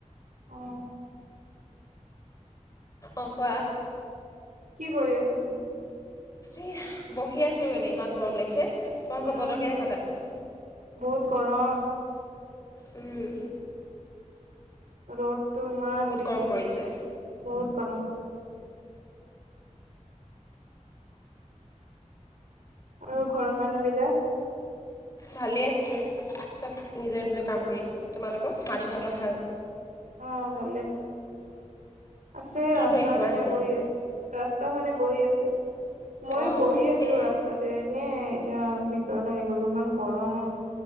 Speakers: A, on the right (about 80°); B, on the left (about 25°).
A: অ।
B: অ কোৱা।
A: কি কৰি আছা তুমি?
B: এ বহি আছো এনেই ইমান গৰম লাগিছে। তোমালোক
A: উম
B: বতৰ কেনেকুৱা তাত?
A: বহুত গৰম।
B: উম।
A: ৰ'দটো ইমান দিছে,
B: গৰম পৰিছে
A: বহুত গৰম। আৰু ঘৰৰ মানুহ বিলাক
B: ভালেই আছে। চব নিজৰ-নিজৰ কাম কৰিছে। তোমালোকৰ মা-দেউতাহঁতৰ ভাল?
A: অ, ভালেই। আছে
B: কি
A: ৰাস্তা
B: কৰি আছে মাহঁতে
A: পিনে বহি
B: এতিয়া
A: আছে। ৰাছ ৰাস্তা মানে বহি আছে। ময়ো
B: অঁ
A: বহি আছিলো
B: এই
A: ৰাস্তাতে এনেই। এতিয়া ভিতৰত আহি গ'লো ইমান গৰম।